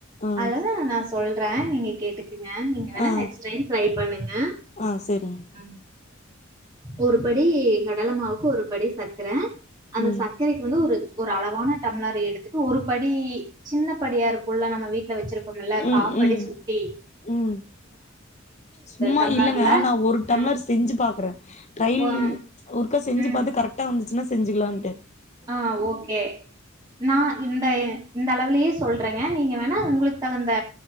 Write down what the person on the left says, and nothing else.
ஆ
ஆ
ஆ செரிங்க
ம்
ம்
ம்
ம் சும்மா
இல்லங்க நா ஒரு டம்ளர்
செஞ்சு பாக்றே ட்ரயில்
ஒருக்கா செஞ்சு
பாத்து கரெக்டா வந்துச்சுன்னா செஞ்சுக்கலான்ட்டே